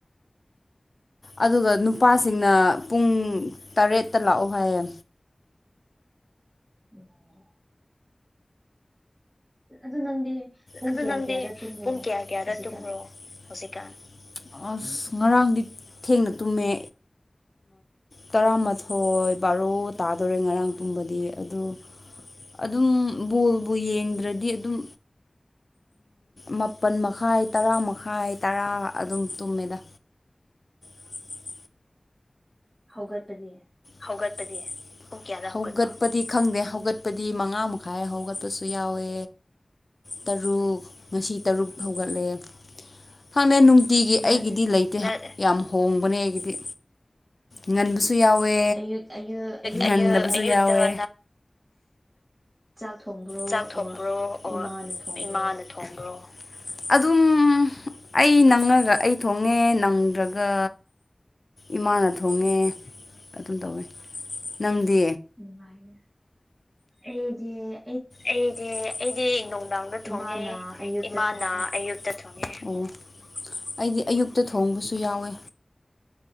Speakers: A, on the left (about 55°); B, on the right (about 25°).
A: ꯑꯗꯨꯒ ꯅꯨꯄꯥꯁꯤꯡꯅ ꯄꯨꯡ ꯇꯔꯦꯠꯇ ꯂꯥꯛꯑꯣ ꯍꯥꯏꯌꯦ
B: ꯑꯣꯝ ꯑꯗꯨ ꯅꯪꯗꯤ ꯄꯨꯡ
A: ꯑꯗꯨ
B: ꯀꯌꯥ
A: ꯅꯪꯗꯤ
B: ꯀꯌꯥꯗ ꯇꯨꯝꯕ꯭ꯔꯣ
A: ꯄꯨꯡ ꯀꯌꯥ ꯀꯌꯥꯗ
B: ꯍꯧꯖꯤꯛꯀꯥꯟ
A: ꯇꯨꯝꯕ꯭ꯔꯣ ꯍꯧꯖꯤꯛꯀꯥꯟ ꯑꯁ ꯉꯔꯥꯡꯗꯤ ꯊꯦꯡꯅ ꯇꯨꯝꯃꯦ ꯇꯔꯥꯃꯥꯊꯣꯏ ꯕꯥꯔꯣ ꯇꯥꯗꯣꯔꯦ ꯉꯔꯥꯡ ꯇꯨꯝꯕꯗꯤ ꯑꯗꯨ ꯑꯗꯨꯝ ꯕꯣꯜꯕꯨ ꯌꯦꯡꯗ꯭ꯔꯗꯤ ꯑꯗꯨꯝ ꯃꯥꯄꯜ ꯃꯈꯥꯏ ꯇꯔꯥ ꯃꯈꯥꯏ ꯇꯔꯥ ꯑꯗꯨꯝ ꯇꯨꯝꯃꯦꯗ <unintelligible>
B: ꯍꯧꯒꯄꯗꯤꯦ
A: ꯍꯧꯒꯠꯄꯒꯦ ꯍꯧꯒꯠꯄꯗꯤ ꯈꯪꯗꯦ ꯍꯧꯒꯠꯄꯗꯤ ꯃꯉꯥ ꯃꯈꯥꯏ ꯍꯧꯒꯠꯄꯁꯨ ꯌꯥꯎꯋꯦ ꯇꯔꯨꯛ ꯉꯁꯤ ꯇꯔꯨꯛ ꯍꯧꯒꯠꯂꯦ ꯍꯪꯅꯦ ꯅꯨꯡꯇꯤꯒꯤ
B: ꯅꯪ
A: ꯑꯩꯒꯤꯗꯤ ꯂꯩꯇꯦ ꯌꯥꯝ ꯍꯣꯡꯕꯅꯦ ꯑꯩꯒꯤꯗꯤ ꯉꯟꯕꯁꯨ ꯌꯥꯎꯋꯦ
B: ꯑꯌꯨꯛ ꯑꯌꯨꯛ ꯑꯌꯨꯛꯇ
A: ꯉꯟꯗꯕꯁꯨ
B: ꯅꯪ
A: ꯌꯥꯎꯋꯦ
B: ꯆꯥꯛ ꯊꯣꯡꯕ꯭ꯔꯣ
A: ꯆꯥꯛ ꯊꯣꯡꯕ꯭ꯔꯣ
B: ꯑꯣꯔ
A: ꯑꯣꯔ
B: ꯏꯃꯥꯅ ꯊꯣꯡꯕ꯭ꯔꯣ
A: ꯏꯃꯥꯅ ꯊꯣꯡꯕ꯭ꯔꯣ ꯑꯗꯨꯝ ꯑꯩ ꯅꯪꯉꯒ ꯑꯩ ꯊꯣꯡꯉꯦ ꯅꯪꯗ꯭ꯔꯒ ꯏꯃꯥꯅ ꯊꯣꯡꯉꯦ ꯑꯗꯨꯝ ꯇꯧꯋꯦ ꯅꯪꯗꯤ
B: ꯅꯨꯡꯉꯥꯏꯦ ꯑꯩꯗꯤꯦ
A: ꯑꯩꯗꯤ ꯑꯩꯗꯤ ꯅꯨꯡꯗꯥꯡꯗ ꯊꯣꯡꯉꯦ
B: ꯏꯃꯥꯅ ꯑꯌꯨꯛꯇ
A: ꯏꯃꯥꯅ
B: ꯊꯣꯡꯉꯦ
A: ꯑꯌꯨꯛꯇ ꯊꯣꯡꯉꯦ ꯑꯣ ꯑꯩꯗꯤ ꯑꯌꯨꯛꯇ ꯊꯣꯡꯕꯁꯨ ꯌꯥꯎꯋꯦ